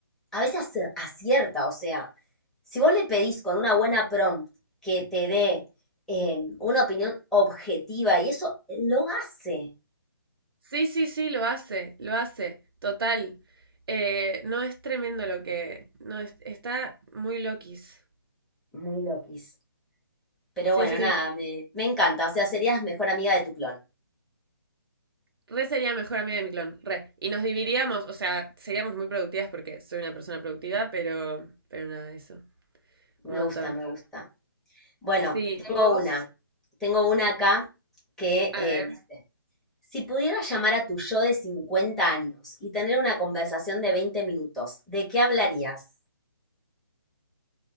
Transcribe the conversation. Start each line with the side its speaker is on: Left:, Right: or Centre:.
Centre: a veces acierta, o sea, si vos le pedís con una buena prompt que te dé eh, una opinión objetiva y eso eh, lo hace
Right: sí, sí, sí, lo hace, lo hace, total. Eh, no es tremendo lo que... No, es- está muy loquis.
Centre: muy loquis. Pero
Right: Sí,
Centre: bueno,
Right: sí.
Centre: nada, me, me encanta, o sea, serías mejor amiga de tu clon.
Right: Re sería mejor amiga de mi clon, re. Y nos dividiríamos, o sea, seríamos muy productivas porque soy una persona productiva, pero, pero nada de eso.
Centre: Me
Right: Un montón.
Centre: gusta, me gusta. Bueno,
Right: Sí,
Centre: tengo
Right: vos,
Centre: una, tengo una acá que
Right: a
Centre: eh,
Right: ver,
Centre: dice, si pudieras llamar a tu yo de 50 años y tener una conversación de 20 minutos, ¿de qué hablarías?